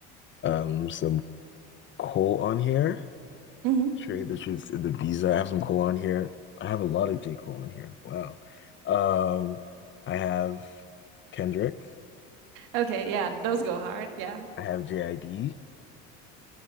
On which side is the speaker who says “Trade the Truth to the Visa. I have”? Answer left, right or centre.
Left